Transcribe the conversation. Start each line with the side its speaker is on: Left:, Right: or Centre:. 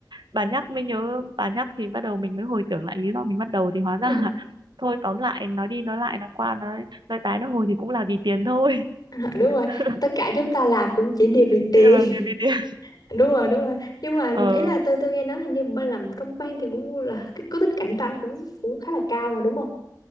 Right: bà nhắc mới nhớ bà nhắc thì bắt đầu mình mới hồi tưởng lại lý do mình bắt đầu thì hóa ra
Left: <laughs>
Right: là <laughs> thôi tóm lại nói đi nói lại nói qua nói nói tái nói hồi thì cũng là vì tiền thôi
Left: đúng rồi
Right: <laughs>
Left: tất cả chúng ta làm cũng chỉ đều vì tiền
Right: tự làm việc vì tiền
Left: đúng rồi đúng rồi nhưng mà
Right: ờ
Left: ý là tôi tôi nghe nói hình như bên làm trong ban thì cũng là cái- có tính cạnh tranh cũng cũng khá là cao mà đúng không